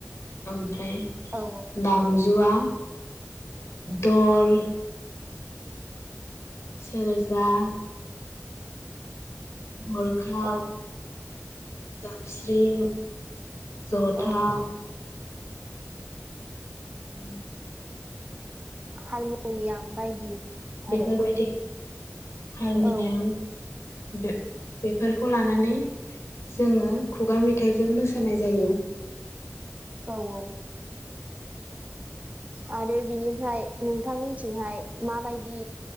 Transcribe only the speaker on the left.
ओमफ्राय
दाम जुवा दल सेेरजा। गरखा
जाबस्रिं जथा।
उम।
बेफोरबायदि
हारमुनियाम
बे बेफोरखौ लानानै जोङो खुगा मेथाइजों मोसानाय जायो।